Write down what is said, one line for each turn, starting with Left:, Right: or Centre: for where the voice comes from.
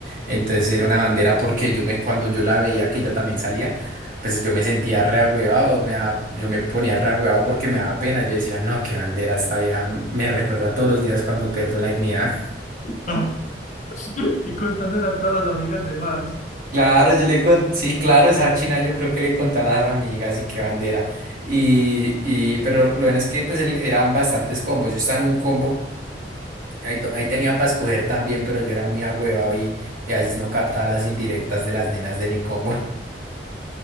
Right: Entonces era una bandera porque yo me, cuando yo la veía que ella también salía, pues yo me sentía reagüeado, me daba- yo me ponía reagüeado porque me daba pena. Yo decía, no, qué bandera esta vieja, me recuerda todos los días cuando pierdo la dignidad.
Left: <laughs> Y contándole a todas las amigas de más.
Right: Claro, yo le con, sí, claro, esa china yo creo que le conté a las amigas y qué bandera. Y, y, pero lo bueno es que pues el- eran bastantes combos. Yo estaba en un combo, ahí, do- ahí tenía para escoger también, pero yo era muy agüevado y, y a veces no captaba las indirectas de las nenas de mi combo. <laughs>